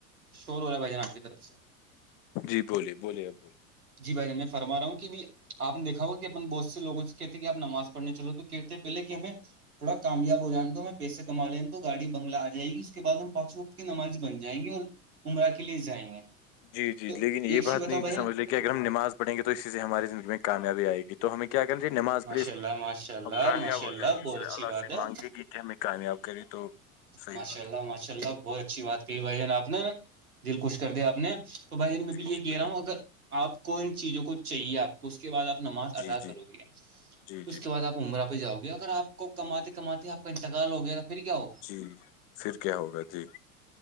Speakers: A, on the right (about 85°); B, on the left (about 50°).
A: شور ہو رہا بھ جان آپ کی طرف سے
B: جی بولیے بولیے بولیے
A: جی بھائی جان میں فرما رہا ہوں کہ آپ نے دیکھا ہوا کہ اپنے بہت سے لوگوں سے کہتے ہیں کہ آپ نماز پڑنے چلو تو کہتے ہیں پہلے کہ ہمیں تھوڑا کامیاب ہو جائیں تو ہمیں پیسے کما لیں تو گای بنگلہ آ جائے گی اس کے بع ہم پانچ وقت کی نمازی بن جائیں گی اور عمرہ کے لیے جائیں گے
B: جی جی
A: تو
B: لیکن
A: ایک
B: یہ
A: چیز
B: بات
A: بتاؤ
B: نہیں
A: بھائی
B: سمجھ
A: جان،
B: ل اگر ہم نماز پڑیں گ تو اسی سے ہماری زندگی میں کامیاب آ گی تو ہمیں ایک کیا کریںتی نماز
A: ماشاء
B: پریس
A: اللہ ماشاء اللہ
B: اب کامیاب
A: ماشاء
B: ہو
A: اللہ
B: جائیں گی
A: بہت
B: اس لیے
A: اچھی
B: اللہ
A: بات
B: سے
A: ہے
B: مانگے گی کہ ہم کامیاب کری تو صحیح
A: ماشاء
B: بات
A: اللہ
B: ہے
A: ماشاء اللہ بہت اچھی بات کہی بھائی ج نے آپ نے دل خوش کر دیا آپ نے تو بھائی جان میں
B: جی
A: بھی یہ
B: جی
A: کہہ
B: بالکل
A: رہا ہوں اگر آپ کو ان چیزوں کو چاہیے آپ اس کے بعد آپ نماز
B: جی
A: ادا
B: جی
A: کرو گے
B: جی
A: اس
B: جی
A: کے بعد آپ امراپ ہی جاؤ گے اگر آپ کو کماتے کماتے آ کا انتقال ہو گیا تو پھر کیا ہوگا
B: جی پھر کیا ہوگا جی